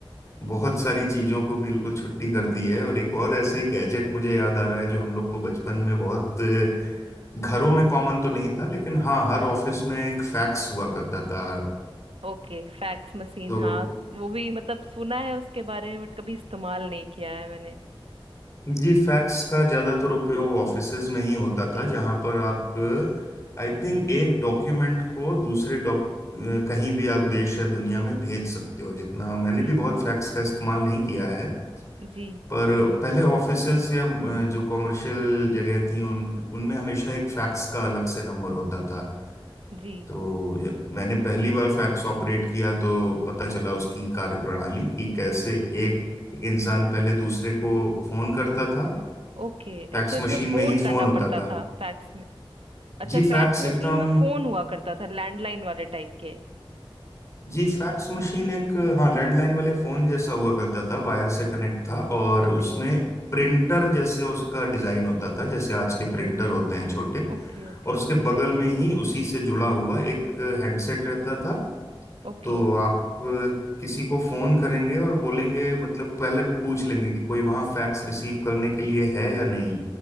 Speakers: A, on the left; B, on the right.
A: बहुत सारी चीजों को बिल्कुल छुट्टी कर दी है और एक और ऐसा ही गैजेट मुझे याद आ रहा है जो हम लोग को बचपन में बहुत घरों में कॉमन तो नहीं था लेकिन हाँ हर ऑफिस में एक फैक्स हुआ करता था
B: ओके फैक्स मशीन
A: तो
B: हाँ वो भी मतलब सुना है उसके बारे में बट कभी इस्तेमाल नहीं किया है मैंने
A: जी फैक्स का ज्यादातर उपयोग ऑफिसेज में ही होता
B: जी
A: था जहां पर आप आई थिंक एक डॉक्यूमेंट को दूसरे डॉक कहीं भी आप देश या दुनिया में भेज सकते हो जितना मैंने
B: जी
A: भी बहुत फैक्स का इस्तेमाल नहीं किया है
B: जी
A: पर पहले ऑफिसेज या अ, जो कॉमर्शियल जगह थी उन उनमें हमेशा एक फैक्स का अलग से नंबर होता था
B: जी
A: तो जब मैंने पहली बार फैक्स ऑपरेट किया तो पता चला उसकी कार्यप्रणाली कि कैसे एक इंसान पहले दूसरे को फोन करता था
B: ओके
A: फैक्स
B: अच्छा इसमें
A: मशीन
B: फोन
A: में ही
B: करना
A: फोन होता
B: पड़ता
A: था
B: था फैक्स में अच्छा
A: जी
B: फैक्स
A: फैक्स
B: मशीन
A: एकदम
B: में फोन हुआ करता था लैंडलाइन वाले टाइप के
A: जी फैक्स मशीन एक हाँ लैंडलाइन वाले फोन जैसा हुआ करता था वायर से कनेक्ट था और
B: Okay
A: उसमें प्रिंटर जैसे उसका डिजाइन होता था जैसे आज
B: okay
A: के प्रिंटर होते हैं छोटे
B: okay Okay
A: और उसके बगल में ही उसी से जुड़ा हुआ एक हेडसेट रहता था
B: okay
A: तो आप किसी को फोन करेंगे और बोलेंगे मतलब पहले पूछ लेंगे कि कोई वहाँ फैक्स रिसीव करने के लिए है या नहीं